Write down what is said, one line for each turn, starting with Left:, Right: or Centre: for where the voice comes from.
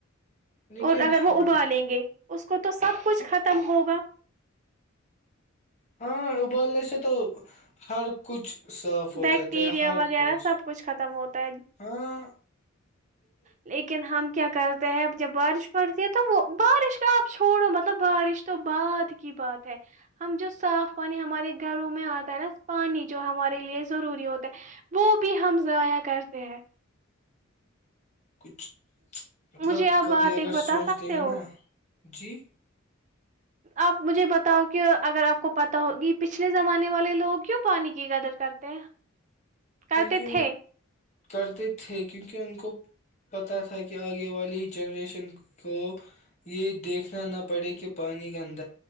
Left: لیکن
Right: اور اگر
Left: ہاں
Right: وہ ابال لیں گے اس کو تو سب کچھ ختم ہوگا
Left: ہاں ابولنے سے تو ہر کچھ صاف ہو
Right: بیکٹیریا
Left: جاتا ہے ہر
Right: وغیرہ
Left: کچھ
Right: سب ختم ہوتا ہے
Left: ہاں
Right: لیکن ہم کیا کرتے ہیں جب بارش پڑتی یہ تو وہ بارش کا آپ چھوڑو مطلب بارش تو بعد کی بات ہے ہم جو صاف پانی ہمارے گھروں میں آتا ہے نا پانی جو ہمارے لیے ضروری ہوتا ہے وہ بھی ہم ضائع کرتے ہیں
Left: کچھ مطلب
Right: مجھے آپ
Left: کبھی
Right: بات
Left: اگر
Right: ایک بتا
Left: سوچتے
Right: سکتے
Left: ہیں
Right: ہو
Left: نا جی <unintelligible>
Right: آپ مجھے بتاؤ کہ اگر آپ کو پتا ہوگی پچھلے زمانے والے لوگ کیوں پانی کی قدر کرتے ہیں کرتے
Left: کیونکہ
Right: تھے
Left: ان
Right: <unintelligible>
Left: کرتے تھے کیونکہ ان کو پتاہ تھا کہ آگے والی جنریشن کو یہ دیکھنا نہ پڑے کہ پانی گند